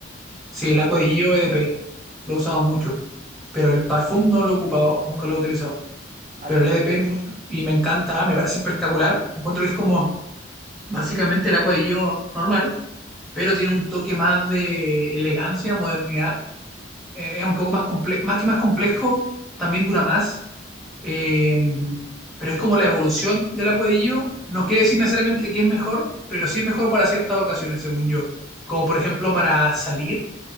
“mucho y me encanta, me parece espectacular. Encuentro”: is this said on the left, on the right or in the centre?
Centre